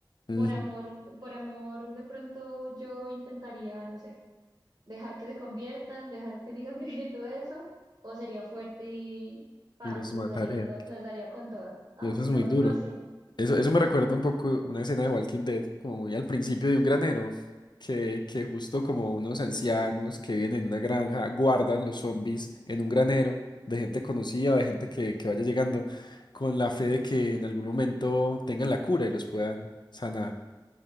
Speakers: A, on the left; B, on the right.
A: ujú.
B: Por amor, por amor, de pronto yo intentaría, no sé dejar que se conviertan, dejar que sigan <laughs> viviendo eso, o sería fuerte y pan,
A: Y los
B: les
A: mataré.
B: daría to- les daría con toda, ¿ah?
A: Y Eso
B: No,
A: es muy duro.
B: no sé.
A: Eso, eso me recuerda un poco una escena de Walking Dead, como muy al principio de un granero, que, que justo como unos ancianos que viven en una granja guardan los zombies en un granero de gente conocida, de gente que, que vaya llegando, con la fe de que en algún momento tengan la cura y los puedan sanar.